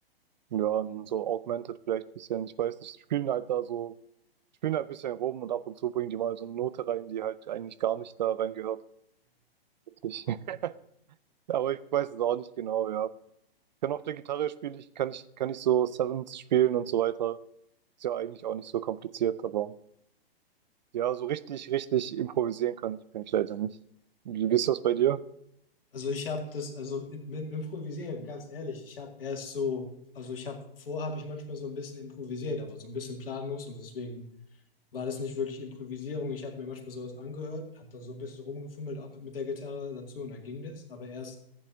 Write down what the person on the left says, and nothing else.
Also ich habe das, also im- mit dem Improvisieren, ganz ehrlich, ich habe erst so, also ich habe, vorher habe ich manchmal so ein bisschen improvisiert, aber so ein bisschen planlos und deswegen war das nicht wirklich Improvisierung. Ich habe mir manchmal sowas angehört, hat da so ein bisschen rumgefummelt auch mit der Gitarre dazu und dann ging das, aber erst,